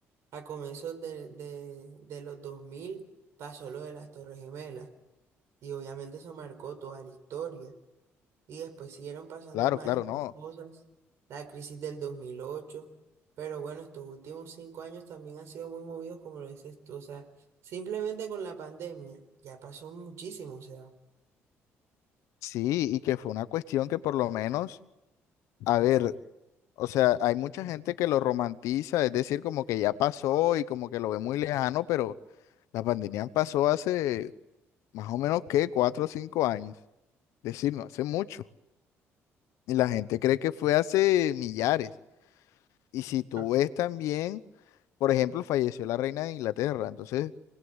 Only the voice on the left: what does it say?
claro,
claro,
no.
Sí, y que fue una cuestión que por lo menos, a ver, o sea, hay mucha gente que lo romantiza, es decir, como que ya pasó y como que lo ve muy lejano, pero la pandemia pasó hace más o menos, ¿qué? Cuatro o cinco años. Es decir, no hace mucho. Y la gente cree que fue hace millares. Y si tú
ves también, por ejemplo, falleció la reina de Inglaterra, entonces